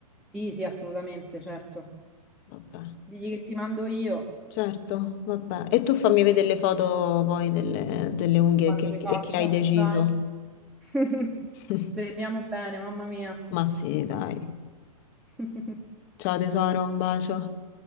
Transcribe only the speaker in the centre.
Sì, sì, assolutamente, certo.
Digli che ti mando io
quando
le
faccio.
Dai. <laughs>
Speriamo bene, mamma mia.
<laughs>